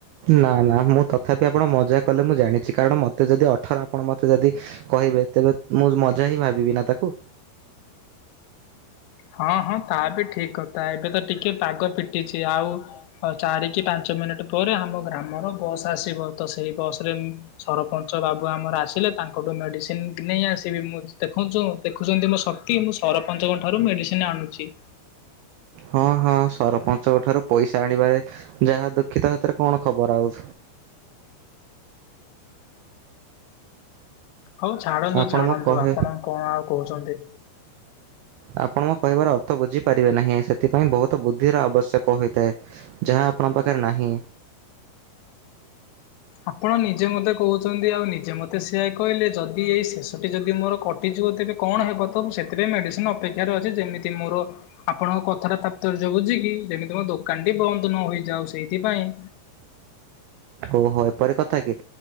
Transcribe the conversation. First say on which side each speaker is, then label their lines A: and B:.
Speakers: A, on the right; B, on the left.
A: ନା ନା ମୁଁ ତଥାପି ଆପଣ ମଜା କଲେ ମୁଁ ଜାଣିଛି କାରଣ ମୋତେ ଯଦି ଅଠର ଆପଣ ମୋତେ ଯଦି କହିବେ ତେବେ ମୁଁ ମଜା ହିଁ ଭାବିବି ନା ତାକୁ।
B: ହଁ ହଁ ତା ବି ଠିକି କଥା ଏବେ ତ ଟିକେ ପାଗ ଫିଟିଚି ଆଉ ଆଉ ଚାରିିକି ପାଞ୍ଚ ମିନିଟ୍ ପରେ ଆମ ଗ୍ରାମର ବସ୍ ଆସିବ ତ ସେଇ ବସରେ ସରପଞ୍ଚ ବାବୁ ଆମର ଆସିଲେ ତାଙ୍କଠୁ ମେଡିସିନ ନେଇ ଆସିବି ମୁଁ ଦେଖୁଞ୍ଚୁ। ଦେଖୁଛନ୍ତି ମୋ ଶକ୍ତି ମୁଁ ସରପଞ୍ଚଙ୍କ ଠାରୁ ମେଡିସିନ ଆଣୁଛି।
A: ହଁ ହଁ ସରପଞ୍ଚଙ୍କ ଠାରୁ ପଇସା ଆଣିବାରେ ଯାହା ଦୁଃଖିତ ସେଥିରେ କଣ ଖବର ଆଉ?
B: ହଉ ଛାଡନ୍ତୁ
A: ଆପଣ
B: ଛାଡ଼ନ୍ତୁ
A: ମୁଁ କହେ
B: ଆପଣ କଣ ଆଉ କହୁଚନ୍ତି?
A: ଆପଣ ମୋ କହିବାର ଅର୍ଥ ବୁଝିପାରିବେ ନାହିଁ ସେଥିପାଇଁ ବହୁତୁ ବୁଦ୍ଧିର ଆବଶ୍ୟକ ହୋଇଥାଏ। ଯାହା ଆପଣଙ୍କ ପାଖରେ ନାହିଁ।
B: ଆପଣ ନିଜେ ମୋତେ କହୁଛନ୍ତି ଆଉ ନିଜେ ମୋତେ ସେଆ କହିଲେ ଯଦି ଏଇ ଶେଷଟି ଯଦି ମୋର ଟି ଯିବ ତେବେ କଣ ହେବ ତ ସେଥିପାଇଁ ମେଡିସିନ ଅପେକ୍ଷାରେ ଅଛି ଯେମିତି ମୋର ଆପଣଙ୍କ କଥାଟା ତାପତର୍ଯ୍ୟ ବୁଝିକି ଯେମିତି ମୋ ଦୋକାନ ଟି ବନ୍ଦ ନହୋଇଯାଉ ସେଇଥିପାଇଁ
A: ଓହୋ ଏପରି କଥା କି?